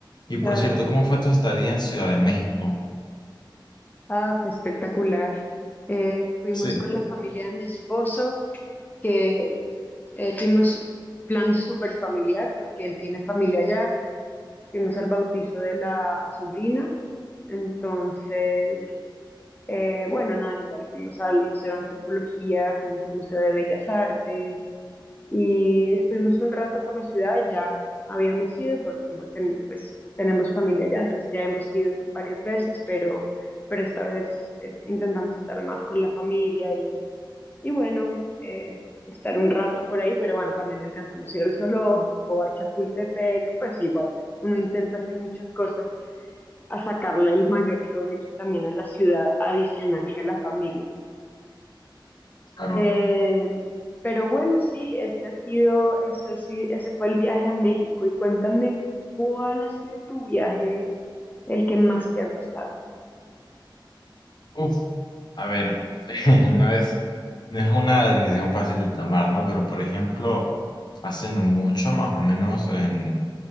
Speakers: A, on the left; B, on the left.
A: Y por
B: Claro.
A: cierto, ¿cómo fue tu estadía en Ciudad de México?
B: Ah, fue espectacular. Eh, fuimos
A: Sí,
B: con la familia de mi esposo, que eh, fuimos plan súper familiar porque él tiene familia allá. Fuimos al bautizo de la sobrina. Entonces, eh, bueno, nada, igual fuimos al Museo de Antropología, fuimos al Museo de Bellas Artes, y estuvimos un rato por la ciudad, ya habíamos ido, porque como ten- pues, tenemos familia allá, entonces ya hemos ido varias veces, pero, pero esta vez es- intentamos estar más con la familia y, y bueno, eh, estar un rato por ahí, pero bueno, también alcanzamos a ir al zoológico, a Chapultepec, pues igual, uno intenta hacer muchas cosas a sacarle el mayor provecho también a la ciudad adicional que a la familia.
A: claro.
B: Eh, pero bueno, sí, ese ha sido, eso sí, ese fue el viaje a México. Y cuéntame, ¿cuál ha sido tu viaje, el que más te ha gustado?
A: Uf, A ver, <laughs> no es, no es una decisión fácil de tomar, ¿no? Pero por ejemplo, hace no mucho, más o menos en